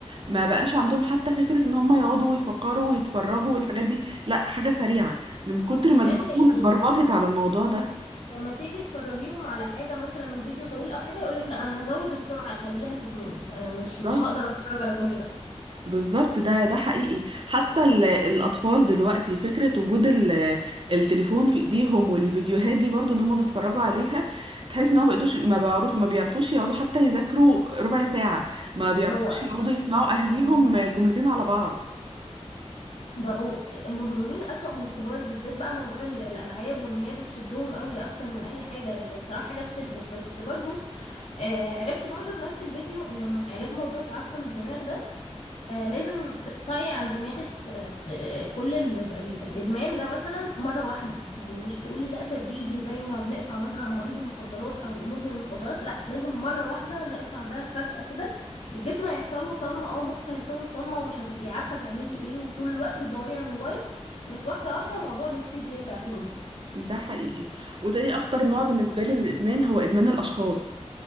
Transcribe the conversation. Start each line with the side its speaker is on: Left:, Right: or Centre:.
Right: ما بقاش عندهم حتى فكرة ان هم يقعدوا ويفكروا ويتفرجوا والحاجات دي لا حاجة سريعة من كتر
Left: وكمان
Right: ما دماغهم
Left: يعني
Right: اتبرمجت على الموضوع ده
Left: لما تيجي تفرجيهم على حاجة مثلا فيديو طويل أو حاجة يقولك لا أنا هزود السرعة أخليها في اتنين آه، مش
Right: بالظبط
Left: مش هقدر أتفرج على كل ده
Right: بالظبط ده ده حقيقي حتى ال- الاطفال دلوقتي فكرة وجود ال- التليفون في ايديهم والفيديوهات دي برضو ان هم بيتفرجوا عليها تحس ان هم بيقدوش ما بعرف ما بيعرفوش يقعدوا حتى يذاكروا ربع ساعة ما بيعرفوش
Left: بقوا أسوأ
Right: يقعدوا
Left: من
Right: يسمعوا
Left: الكبار
Right: اهليهم
Left: كمان.
Right: جملتين على بعض
Left: بقوا مدمنين أسوأ من الكبار بالذات بقى موضوع ال- الألعاب وإن هي بتشدهم قوي أكتر من أي حاجة هي بصراحة حاجة تشد بس برضو آه، عرفت برضو في نفس الفيديو إن علاج موضوع تعفن الدماغ ده آه، لازم تقطعي عن دماغك آه، آه، كل ال- ال- الإدمان ده مثلا مرة واحدة يعني مش تقولي لا تدريجي زي ما بنقطع مثلا عن مريض المخدرات أو مدمن المخدرات لا لازم مرة واحدة نقطع ده فجأة كده الجسم هيحصل له صدمة أو مخك هيحصل له صدمة ومش هتبقي عارفة تعملي إيه وطول الوقت بتدوري على الموبايل بس واحدة واحدة الموضوع بيبتدي يرجع تاني
Right: ده حقيقي وتاني اخطر نوع بالنسبة لي للادمان هو ادمان الاشخاص